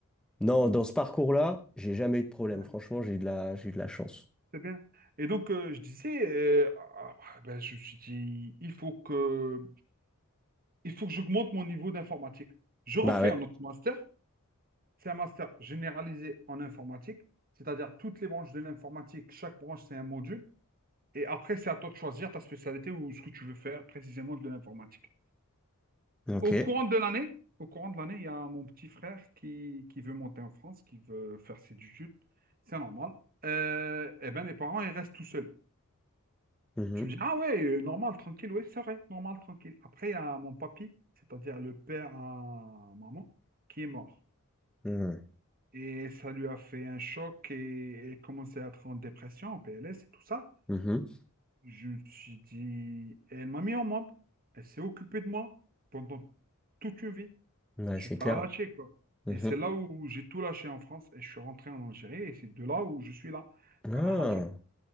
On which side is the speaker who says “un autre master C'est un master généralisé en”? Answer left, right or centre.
Right